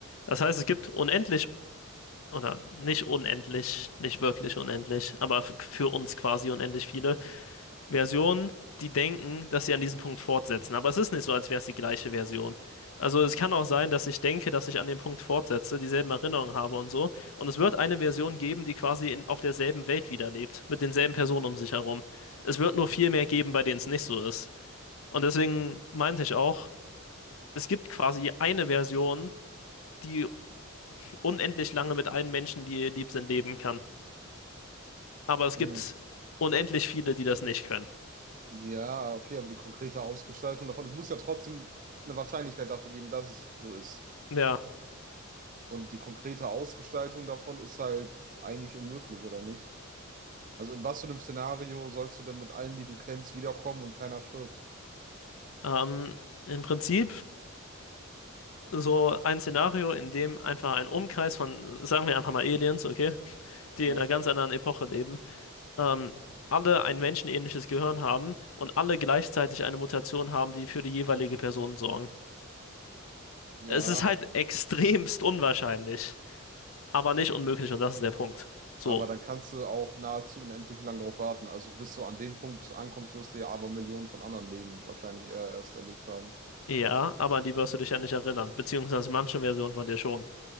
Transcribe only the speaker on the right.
Hm.
Ja, okay, aber die konkrete Ausgestaltung davon, es muss ja trotzdem eine Wahrscheinlichkeit dafür geben, dass es so ist.
Und die konkrete Ausgestaltung davon ist halt eigentlich unmöglich, oder nicht? Also in was für einem Szenario sollst du denn mit allen, die du kennst, wiederkommen und keiner stirbt?
Ja,
ja,
ok-
aber dann kannst du auch nahezu unendlich lang drauf warten. Also bis du an dem Punkt ankommst, wirst du ja aber Millionen von anderen Leben wahrscheinlich eher erst erlebt haben.